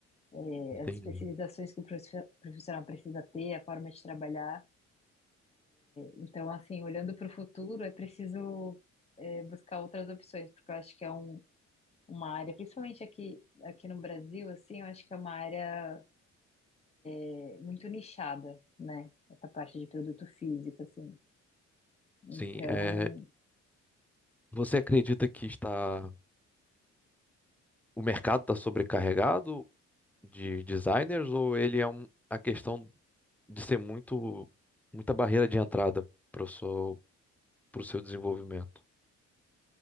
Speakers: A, on the left; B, in the centre.
A: é,
B: Entendi.
A: as especializações que o profi- profissional precisa ter, a forma de trabalhar. Então, assim, olhando para o futuro, é preciso é, buscar outras opções, porque eu acho que é um, uma área, principalmente aqui, aqui no Brasil, assim, eu acho que é uma área é muito nichada, né? Essa parte de produto físico, assim. Então,
B: Sim, é, você acredita que está o mercado está sobrecarregado de designers ou ele é um, a questão de ser muito muita barreira de entrada para o seu, para o seu desenvolvimento?